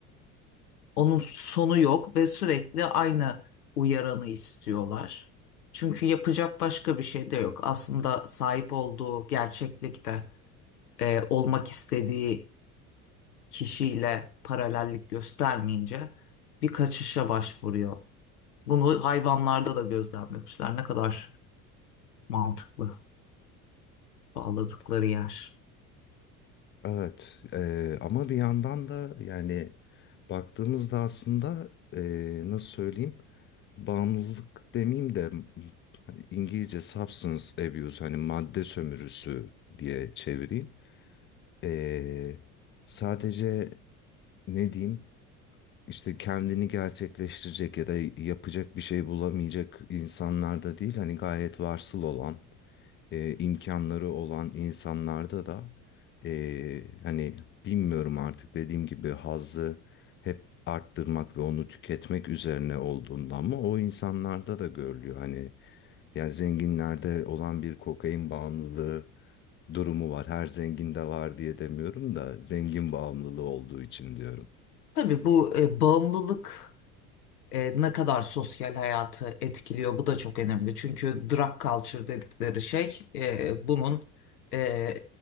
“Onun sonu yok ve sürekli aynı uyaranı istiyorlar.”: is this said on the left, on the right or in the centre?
Left